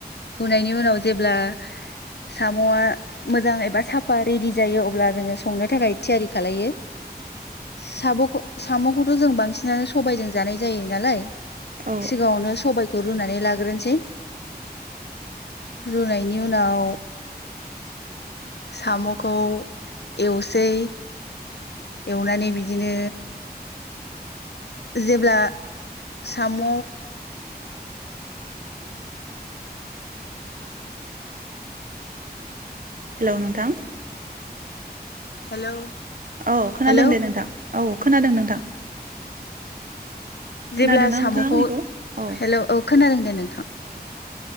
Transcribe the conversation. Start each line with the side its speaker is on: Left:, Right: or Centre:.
Left: गनायनि उनाव जेब्ला साम'आ मोजाङै साफा रेडि जायो अब्ला जोङो संनो थाखाय थियारि खालायो। साब'खौ साम'खौथ' जों बांसिनानो सबायजों जानाय जायो नालाय।
Right: औ
Left: सिगाङावनो सबाय खौ रुनानै लाग्रोनोसै रुनायनि उनाव साम'खौ एवसै एवनानै बिदिनो जेब्ला साम'
Right: औ हेलौ नोंथां
Left: हेलौ
Right: औ खोनादों
Left: हेलौ
Right: दे नोंथां औ खोनादों नोंथां
Left: जेब्ला
Right: खोनादों ना
Left: साम'खौ
Right: नोंथाङा आंनिखौ औ
Left: हेलौ औ खोनादों दे नोंथां
Right: औ दे